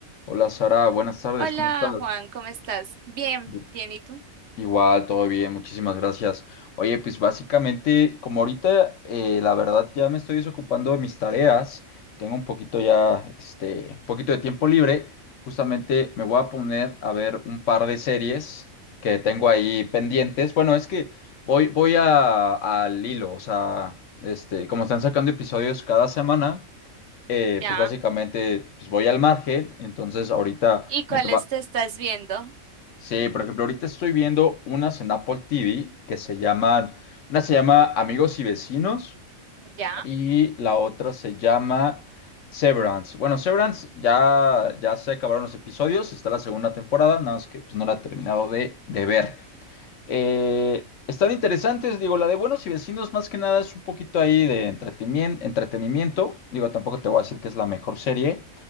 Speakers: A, on the left (about 65°); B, on the right (about 60°).
A: Hola Sara, buenas tardes,
B: Hola
A: ¿cómo estás?
B: Juan, ¿cómo estás? Bien,
A: Bien.
B: bien, ¿y tú?
A: Igual, todo bien, muchísimas gracias. Oye, pues básicamente, como ahorita eh, la verdad ya me estoy desocupando de mis tareas, tengo un poquito ya, este, un poquito de tiempo libre, justamente me voy a poner a ver un par de series que tengo ahí pendientes. Bueno, es que voy, voy a, al hilo, o sea, este, como están sacando episodios cada semana, eh,
B: Ya,
A: pues básicamente pues voy al margen, entonces ahorita...
B: ¿Y cuáles
A: Me,
B: te estás viendo?
A: Sí, por ejemplo, ahorita estoy viendo unas en Apple TV que se llaman, una se llama Amigos y Vecinos
B: ya.
A: y la otra se llama Severance. Bueno, Severance ya, ya se acabaron los episodios, está la segunda temporada, nada más que pues no la he terminado de, de ver. Eh, están interesantes, digo, la de Buenos y Vecinos más que nada es un poquito ahí de entretenimien- entretenimiento, digo, tampoco te voy a decir que es la mejor serie,